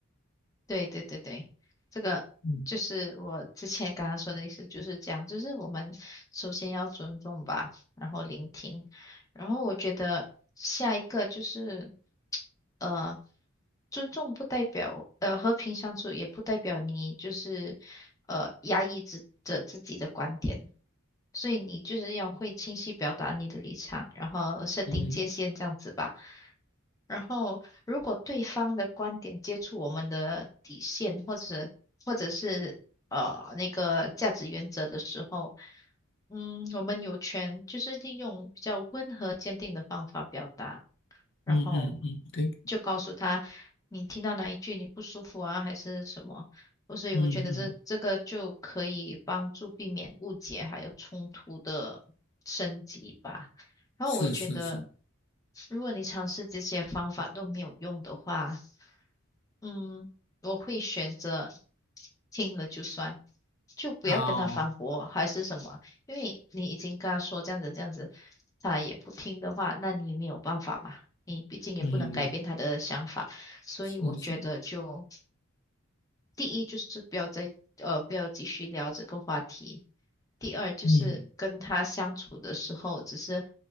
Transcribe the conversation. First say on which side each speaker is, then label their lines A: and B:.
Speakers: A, on the left (about 15°); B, on the left (about 55°).
A: 对对对对，这个就是我之前刚刚说的意思，
B: 嗯
A: 就是这样，就是我们首先要尊重吧，然后聆听，然后我觉得下一个就是，呃，尊重不代表，呃，和平相处也不代表你就是，呃，压抑自着自己的观点，所以你就是要会清晰表达你的立场，然后设定界限这样子吧。
B: 嗯
A: 然后，如果对方的观点接触我们的底线，或者或者是呃那个价值原则的时候，嗯，我们有权就是利用比较温和坚定的方法表达。然后
B: 嗯嗯嗯，对，
A: 就告诉他你听到哪一句你不舒服啊，还是什么。哦所以我觉得这这个就可以帮助避免误解还有冲突的升级吧。
B: 嗯嗯，
A: 然后我觉得，
B: 是是是，
A: 如果你尝试这些方法都没有用的话，嗯，我会选择听了就算，就不要跟他反驳，
B: 哦，
A: 还是什么？因为你已经跟他说这样子这样子，他也不听的话，那你没有办法嘛，你毕竟也不能改变他的想法，
B: 嗯
A: 所以我觉得就。
B: 是是，
A: 第一就是不要再呃不要继续聊这个话题。第二就是跟他相处的时候，
B: 嗯
A: 只是